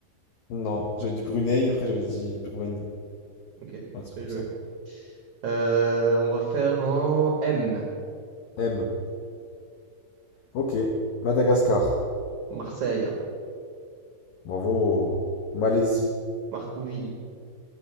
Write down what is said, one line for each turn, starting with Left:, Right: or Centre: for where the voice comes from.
Left: Non, j'avais dit Brunei, après j'avais dit Birmanie.
Right: Ok,
Left: Un truc
Right: bien
Left: comme
Right: joué.
Left: ça.
Right: Euh, on va faire en M,
Left: M. Ok. Madagascar.
Right: Marseille,
Left: Bravo. Malaisie.
Right: Marcouville.